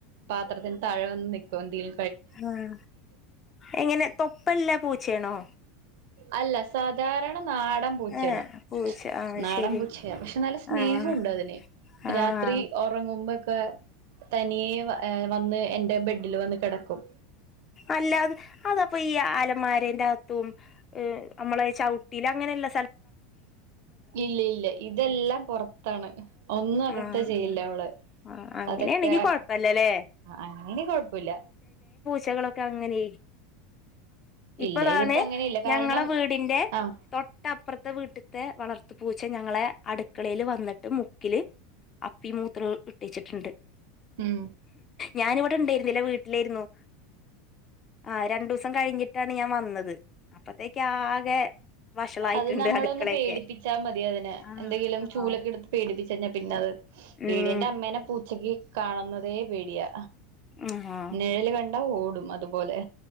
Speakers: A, on the right (about 60°); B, on the left (about 30°).
A: പാത്രത്തിന് താഴെ വന്ന് നിക്കും ദിൽ
B: ഉം എങ്ങനെ തൊപ്പല്ലാ പൂച്ചേണോ
A: അല്ല സാധാരണ നാടൻ പൂച്ചേണ്
B: ഏഹ് പൂച്ച ആഹ്
A: നാടൻ
B: ശരി
A: പൂച്ചയ പക്ഷെ നല്ല സ്നേഹം
B: ആഹ്
A: ഉണ്ട് അതിന്
B: ആഹ്
A: രാത്രി ഒറങ്ങു മു മ്പൊക്കെ തനിയെ വ വന്ന് എന്റെ ബെഡിൽ വന്ന് കെടക്കും
B: അല്ലാതെ അതപ്പൊ ഈ അലന്മാരേന്റെ അകത്തും നമ്മളെ. ചൗട്ടില് അങ്ങനെല്ല
A: ഇല്ല ഇല്ല ഇതെല്ലാം പൊറത്താണ് ഒന്നും അകത്ത്
B: ആഹ്
A: ചെയ്യില്ല അവള്
B: ആഹ് അങ്ങനെയാണെങ്കി
A: അതെക്കെ അ
B: കൊഴപ്പല്ലല്ലേ
A: അങ്ങനെ കൊഴപ്പൊല്ല
B: ചെകെള ക്ക അങ്ങനെ ഇപ്പതാണ്
A: ഇല്ല ഇതിപ്പോ അങ്ങനെയില്ല
B: ഞങ്ങളെ
A: കാരണം
B: വീടിന്റെ
A: ആഹ്
B: തൊട്ടപ്പറ്ത്തെ വീട്ട ത്തെ വളർത്തു പൂച്ച ഞങ്ങളെ അടുക്കളയില് വന്നിട്ട് മുക്കില് അപ്പി മൂത്ര ഇട്ടിച്ചിട്ടുണ്ട്
A: ഉം
B: ഞാനിവിടെ ഇണ്ടായിരുന്നില്ല വീട്ടിലായിരുന്നു ആഹ് രണ്ടൂസം കഴിഞ്ഞിട്ടാണ് ഞാൻ വന്നത് അപ്പത്തേക്ക് ആകെ വഷളായിട്ടുണ്ട്
A: അത് നമ്മളൊന്ന്
B: അടുക്കളയൊക്കെ
A: പേടിപ്പിച്ചാ മതി അതിനെ
B: ആഹ്
A: എന്തെങ്കിലും ചൂലൊക്കെ
B: ആഹ്
A: എടുത്ത് പേടിപ്പിച്ചു കഴിഞ്ഞാ പിന്നത്
B: ഉം
A: വീടിന്റെ അമ്മേനെ പൂ ഉച്ചക്ക് കാണുന്നതേ പേടിയാ
B: ആ
A: നിഴല് കണ്ട ഓടും അതുപോലെ